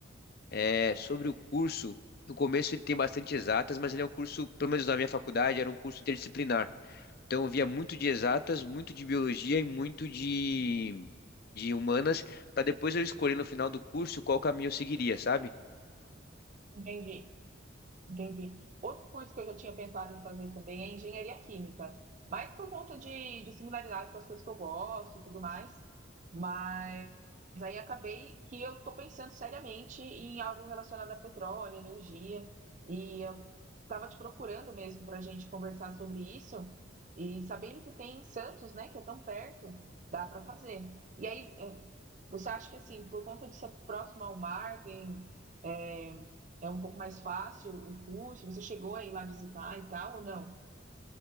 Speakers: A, on the left; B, on the right.
A: É, sobre o curso, no começo ele tem bastante exatas, mas ele é um curso, pelo menos na minha faculdade, era um curso interdisciplinar. Então eu via muito de exatas, muito de biologia e muito de, de humanas, para depois eu escolher no final do curso qual caminho eu seguiria, sabe?
B: Entendi. Entendi. Outro curso que eu já tinha pensado em fazer também é engenharia química, mas por conta de, de similaridade com as coisas que eu gosto e tudo mais. Mas aí acabei que eu estou pensando seriamente em algo relacionado a petróleo, energia, e eu estava te procurando mesmo para a gente conversar sobre isso, e sabendo que tem em Santos, né, que é tão perto, dá para fazer. E aí, eh, você acha que assim, por conta de ser próximo ao mar, tem eh, é um pouco mais fácil o curso? Você chegou a ir lá visitar e tal, ou não?